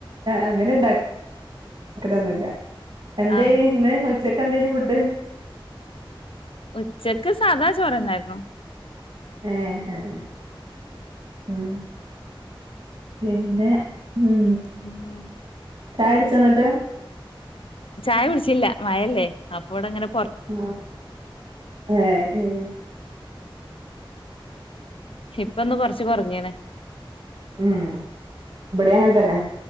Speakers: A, on the right; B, on the left.
A: അങ്ങനെണ്ടാക് <unintelligible> എന്തേനീന്ന്
B: ആഹ്
A: <unintelligible> ചക്ക് എന്തേഞ് ഫുഡ്
B: ഉച്ചക്ക് സാദാ ചോറന്നായിരുന്നു
A: ഏഹ് ഏഹ് <unintelligible> പിന്നെ ഉം
B: പിന്നെ
A: ചായ ട്ച്ചൊ ന്നട്ട്
B: ചായ കുടിച്ചില്ല മഴല്ലേ അപ്പോടെ ങ്ങനെ
A: ആഹ് എ ഏ <inaudible>
B: ഇപ്പൊന്ന് കൊർച് കൊർഞ്ഞീണ്
A: ഉം ഇബടീം അങ്ങെൻ തന്നെ